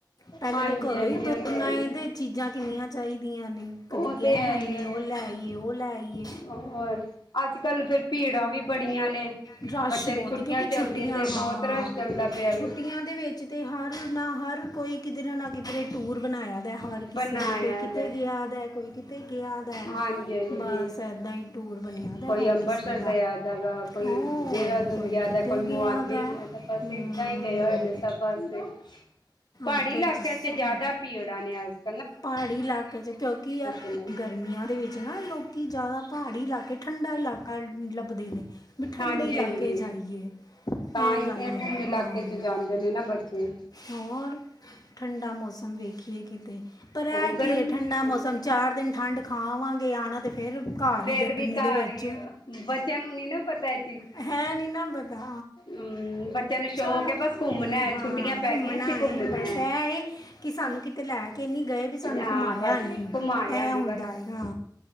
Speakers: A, on the left; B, on the left.
A: ਪਹਿਲੇ
B: ਹਾਂਜੀ
A: ਤੇ ਘਰੋ
B: ਹਾਂਜੀ
A: ਹੀ ਤੋਰਨਾਏ
B: ਉਹ ਹੈ ਹੀ ਹੈ
A: ਤੇ ਇਹ ਚੀਜਾ ਕਿਨੀਆਂ ਚਾਹੀਦੀਆਂ ਨੇ ਕਦੀ
B: ਉਹ ਤੇ
A: ਇਹ
B: ਹੈ
A: ਹੈਨੀ
B: ਹੀ ਹੈ
A: ਉਹ ਲੈਏ ਉਹ ਲੈਈਏ
B: ਹੋਰ ਅਜ ਕਲ ਫਿਰ ਭੀੜਾਂ ਵੀ ਬਣੀਆਂ ਨੇ
A: ਰਸ਼
B: ਬੱਚਿਆਂ
A: ਬਹੁਤ
B: ਦੀ ਛੁੱਟੀਆਂ
A: ਹੈ ਕਿਉਂਕਿ ਛੁੱਟੀਆਂ
B: ਚਲਦੀ ਤੇ
A: ਹਾਂ
B: ਬਹੁਤ ਰਸ਼ ਚੱਲਦਾ ਪਿਆ ਵੀ
A: ਛੁੱਟੀਆਂ ਦੇ ਵਿਚ ਤੇ ਹਰ ਨਾ ਹਰ ਕੋਈ ਕਿਧਰੇ ਨਾ ਕਿਧਰੇ ਟੂਰ ਬਣਾਇਆ ਹੈ, ਹਰ ਕਿਸੇ
B: ਬਣਾਇਆ
A: ਨੂੰ ਕੋਈ ਕਿਤੇ
B: ਦਾ
A: ਗਿਆ ਦੈ ਕੋਈ ਕਿਤੇ ਗਿਆ ਦੈ
B: ਹਾਂਜੀ ਹਾਂਜੀ
A: ਬਸ ਏਦਾਂ ਹੀ ਟੂਰ ਬਣਿਆ ਦਾ
B: ਕੋਈ
A: ਹੈ ਹਰ
B: ਅੰਬਰਸਰ
A: ਕਿਸੇ
B: ਗਿਆ ਦਾ ਵਾ ਕੋਈ
A: ਹੋਰ
B: ਦੇਹਰਾਦੂਨ
A: ਕੋਈ
B: ਗਿਆ
A: ਕਿਤੇ
B: ਦੈ ਕੋਈ
A: ਗਿਆ
B: ਮੋਹਾਲੀ
A: ਦਾ ਹੈ।
B: ਗਿਆ ਬਸ
A: ਹਮ
B: ਏਦਾਂ ਹੀ ਗਏ ਹੋਏ ਨੇ ਸਭ ਪਾਸੇ ਪਹਾੜੀ
A: ਅੱਜ ਕੱਲ੍ਹ
B: ਇਲਾਕਿਆਂ
A: ਜਿਸ
B: ਚ ਜ਼ਿਆਦਾ ਭੀੜ ਜਾ ਨੇਿਆ <unintelligible>
A: ਪਹਾੜੀ ਇਲਾਕੇ ਚ ਕਿਉਂਕਿ
B: ਨੇ
A: ਗਰਮੀਆਂ ਦੇ ਵਿੱਚ ਨਾ ਲੋਕੀ ਜ਼ਿਆਦਾ ਪਹਾੜੀ ਇਲਾਕੇ ਠੰਡਾ ਇਲਾਕਾ ਲੱਭਦੇ ਨੇ ਬ ਠੰਡੇ
B: ਹਾਂਜੀ
A: ਇਲਾਕੇ
B: ਹਾਂਜੀ
A: ਜਾਈਏ
B: ਤਾਂ
A: ਇਹਂ
B: ਹੀ
A: ਗੱਲ
B: ਤੇ
A: ਐ
B: ਠੰਡੇ ਇਲਾਕੇ
A: ਹਾਂ।
B: ਚ ਜਾਂਦੇ ਨੇ ਨਾ ਬੱਚੇ
A: ਹੋਰ ਠੰਡਾ ਮੌਸਮ ਵੇਖੀਏ। ਕਿਤੇ ਪਰ ਹੈ
B: ਉਹ ਗਰਮੀ
A: ਕੀ ਏ? ਠੰਡਾ
B: ਨੀ
A: ਮੌਸਮ ਚਾਰ ਦਿਨ ਠੰਡ ਖਾ ਆਵਾਂਗੇ ਆਣਾ ਤੇ ਫੇਰ ਘਰ
B: ਡੇਢ
A: ਈ ਗਰਮੀ
B: ਵੀਕਾ
A: ਦੇ
B: ਆ
A: ਵਿੱਚ
B: ਰਹੀ ਹੈ ਬੱਚਿਆਂ ਨੂੰ ਨੀ ਨਾ ਪਤਾ ਇਹ
A: ਐ‌ ਨੀ ਨਾ ਪਤਾ
B: ਹੂੰ ਬੱਚਿਆਂ ਨੂੰ ਸ਼ੌਕ
A: ਚਲੋ
B: ਹੈ ਬਸ ਘੁੰਮਣਾ
A: ਹਾਂ
B: ਛੁੱਟੀਆਂ ਪੈ
A: ਘੁੰਮਣਾ
B: ਗਈਆਂ ਸੀ
A: ਹੈ
B: ਘੁੰਮਣਾ
A: ਬਸ ਇਹ ਹੈ ਕਿ ਸਾਨੂੰ ਕਿਤੇ ਲੈ ਕੇ ਨਹੀ ਗਏ ਵੀ ਸਾਨੂੰ
B: ਹਾਂ
A: ਘੁੰਮਾਇਆ
B: ਬਸ
A: ਨਹੀ
B: ਘੁਮਾਇਆ
A: ਐਂ
B: ਨੀ
A: ਹੁੰਦਾ
B: ਬਸ
A: ਹੈਗਾ